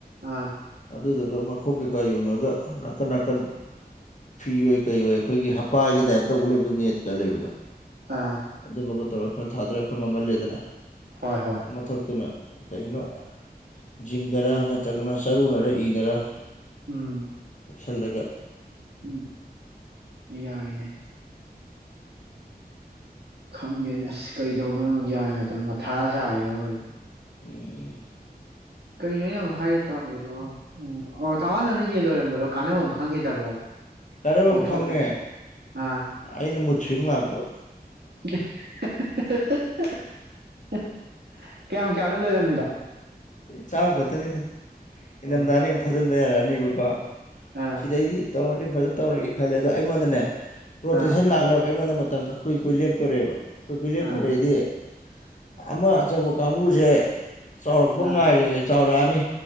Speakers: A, on the right; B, on the left.
A: ꯑꯥ
B: ꯑꯗꯨꯗꯨꯒ ꯃꯈꯣꯡ ꯀꯩꯀꯥ ꯌꯨꯡꯉꯒ ꯅꯥꯀꯟ ꯅꯥꯀꯟ ꯐꯤ ꯑꯣꯏꯣꯏ ꯀꯩꯌꯣꯏ ꯑꯩꯈꯣꯏꯒꯤ ꯍꯞꯄꯥꯒꯤ ꯇꯥꯏꯞ ꯇꯧꯕ ꯂꯩꯕꯗꯣ ꯅꯦꯠꯀ ꯂꯩꯕꯗꯣ
A: ꯑꯥ
B: ꯑꯗꯨꯃꯒ ꯇꯧꯔꯛ ꯈꯔ ꯊꯥꯗꯔ ꯈꯔ ꯃꯃꯜꯂꯦꯗꯅ
A: ꯍꯣꯏ ꯍꯣꯏ
B: ꯃꯊꯛꯇꯨꯅ ꯀꯩꯅꯣ ꯖꯤꯡꯒꯔꯥ ꯅꯠꯇ꯭ꯔꯒꯅ ꯆꯔꯨꯅꯔ ꯏꯅꯔ
A: ꯎꯝ
B: ꯁꯜꯂꯒ
A: ꯎꯝ ꯌꯥꯏꯅꯦ ꯈꯪꯗꯦꯅꯦ ꯑꯁ ꯀꯔꯤꯗꯧꯕꯅꯣ ꯀꯦ ꯅꯠꯇꯦ ꯃꯊꯥ ꯁꯥꯏꯌꯦꯕꯣꯏꯕ
B: ꯎꯝ
A: ꯀꯩꯅꯣ ꯌꯥꯝ ꯍꯥꯏꯒꯦ ꯇꯥꯝꯕꯗꯣ ꯎꯝ ꯑꯣ ꯇꯥꯔꯃꯥꯅꯗ ꯅꯣꯏ ꯌꯦꯟ ꯂꯣꯏꯔꯝꯕꯗꯣ ꯀꯥꯟꯅꯕ ꯑꯃ ꯈꯪꯈꯤꯗꯕ꯭ꯔꯕ
B: ꯀꯔꯝꯕ
A: ꯇꯣꯛꯊꯣꯛꯈ꯭ꯔꯤꯔꯣ
B: ꯈꯪꯉꯦ
A: ꯑꯥ
B: ꯑꯩꯅ ꯃꯨꯠ ꯁ꯭ꯋꯤꯡ ꯂꯥꯛꯄ
A: <unintelligible> ꯀꯌꯥꯝ ꯀꯌꯥꯅꯣ ꯂꯩꯣꯏꯔꯝꯃꯤꯗꯣ
B: ꯆꯥꯝꯃ ꯈꯛꯇꯅꯤꯗ ꯏꯪꯊꯝꯊꯥꯅꯤ
A: ꯑꯣ
B: ꯑꯃꯨꯛ ꯊꯥꯖꯤꯟꯕ ꯌꯥꯔꯛꯑꯅꯤꯕ ꯋꯥ
A: ꯑꯥ
B: ꯁꯤꯗꯥꯏꯗꯤ ꯇꯋꯥꯔꯗꯤ ꯐꯖ ꯇꯧꯔꯒꯦ ꯈꯜꯂꯦ ꯑꯗꯣ ꯑꯩꯉꯣꯟꯗꯅꯦ ꯔꯣꯇꯦꯁꯟ
A: ꯑꯥ
B: ꯂꯥꯛꯅꯕ ꯑꯩꯉꯣꯟꯗ ꯃꯇꯝ ꯈꯛ ꯀꯨꯏ ꯀꯨꯣꯏ ꯂꯦꯞꯇꯣꯔꯦꯕ <unintelligible>
A: ꯑꯥ
B: ꯑꯃ ꯑꯆꯧꯕ ꯀꯥꯡꯕꯨꯁꯦ ꯆꯥꯎ ꯉꯥꯔꯤꯅꯦ
A: ꯑꯥ
B: ꯆꯥꯎꯔꯛꯑꯅꯤ